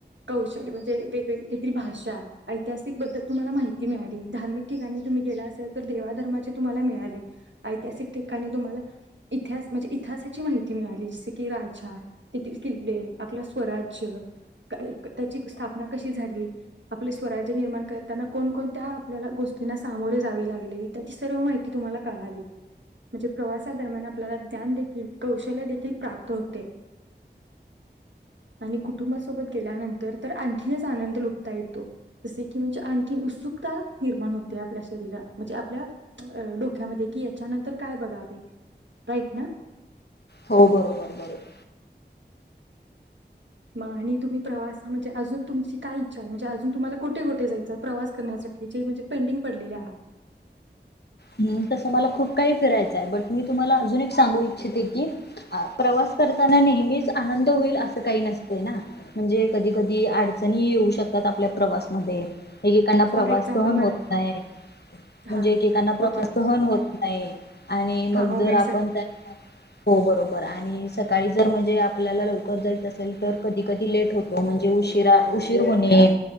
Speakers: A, on the right; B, on the left.
A: कौशल म्हणजे वेग-वेगळी भाषा ऐतिहासिक बद्दल तुम्हाला माहिती मिळाली धार्मिक ठिकाणी तुम्ही गेला असाल तर देवा धर्माचे तुम्हाला मिळाले, ऐतिहासिक ठिकाणी तुम्हाला इतिहास म्हणजे इतिहासाची माहिती मिळाली जसे की राजा, तेथील किल्ले, आपलं स्वराज्य क त्याची स्थापना कशी झाली, आपले स्वराज्य निर्माण करताना कोण कोणत्या आपल्याला गोष्टींना सामोरे जावे लागले, त्याची सर्व माहिती तुम्हाला कळाली म्हणजे प्रवास त्या दरम्यान आपल्याला ज्ञान देखील, कौशल्य देखील प्राप्त होते आणि कुटुंबासोबत गेल्यानंतर तर आणखीनच आनंद लुटता येतो जसे की म्हणजे आणखीन उत्सुकता निर्माण होते आपल्या शरीरा म्हणजे आपल्या अ डोक्यामध्ये कि याच्यानंतर काय बघावे? राईट ना?
B: हो बरोबर-बरोबर
A: म आणि तुम्ही प्रवास ह म्हणजे अजून तुमची काय इच्छा आहे म्हणजे अजून तुम्हाला कुठे-कुठे जायचं प्रवास करण्यासाठी जे म्हणजे पेंडिंग पडलेले आहात?
B: हम्! तसं मला खूप काही फिरायचं आहे, बट मी तुम्हाला अजून एक सांगू इच्छिते की प्रवास करताना नेहमीच आनंद होईल असं काही नसते ना! म्हणजे कधी-कधी अडचणी येऊ शकतात आपल्या प्रवासमध्ये एकेकांना
A: फॉर
B: प्रवास
A: एक्झाम्पल
B: सहण
A: मॅडम
B: होत नाही
A: हा
B: म्हणजे एकेकांना प्रवाससहन
A: ओके
B: होत नाही आणि मग
A: हा ओमेट
B: जर आपण
A: सारखे
B: त्यांना हो बरोबर आणि सकाळी जर म्हणजे आपल्याला लवकर जायच असेल तर कधी-कधी लेट होतो म्हणजे उशीरा उशीर होणे